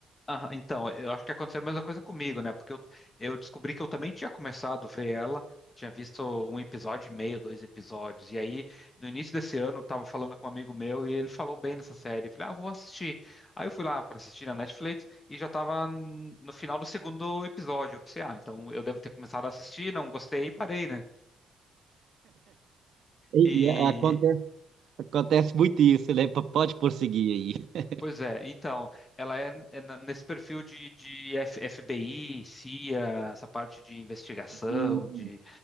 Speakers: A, on the left; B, on the right.
A: ah, então, eu acho que aconteceu a mesma coisa comigo, né? Porque eu, eu descobri que eu também tinha começado a ver ela, tinha visto um episódio e meio, dois episódios. E aí, no início desse ano, eu tava falando com um amigo meu e ele falou bem dessa série. Eu falei, ah, vou assistir. Aí eu fui lá para assistir na Netflix e já tava hum, no final do segundo episódio. Eu pensei, ah, então eu devo ter começado a assistir, não gostei e parei, né?
B: E,
A: E
B: e acontece, acontece muito isso, né? P- Pode prosseguir aí.
A: Pois é, então, ela é, é na- nesse perfil de, de F- FBI, CIA, essa parte de investigação,
B: Hum.
A: de,